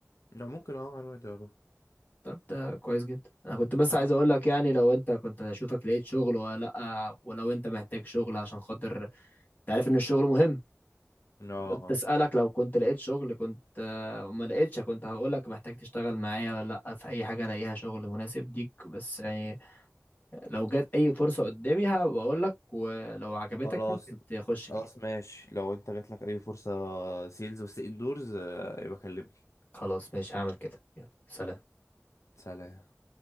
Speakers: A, on the left; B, on the left.
A: لو ممكن اه على الواد اروح
B: طب ده كويس جدا انا كنت بس
A: اه
B: عايز اقول لك يعني لو انت كنت اشوفك لقيت شغل ولا لا ولو انت محتاج شغل عشان خاطر انت عارف ان الشغل مهم
A: آه،
B: قلت
A: اه
B: اسالك لو كنت لقيت شغل كنت آه، وما لقيتش كنت هقولك محتاج تشتغل معايا ولا لا في اي حاجه الاقيها شغل مناسب ليك بس يعني لو جت اي فرصه قدامي هبقول لك ولو عجبتك
A: خلاص
B: ممكن تخش
A: خلاص
B: فيها
A: ماشي لو انت جات لك اي فرصة سيلز بس اندورز يبقى كلمني
B: خلاص ماشي هعمل كده يلا سلام
A: سلام